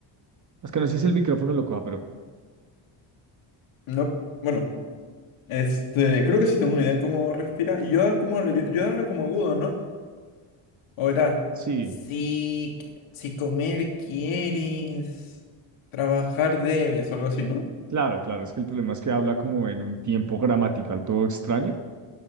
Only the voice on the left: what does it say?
No, bueno, este, creo que sí tengo una idea de cómo respira. Y yo como hablo, yo, Yoda habla como agudo, ¿no? Ahora,
si, si comer quieres, trabajar debes o algo así, ¿no?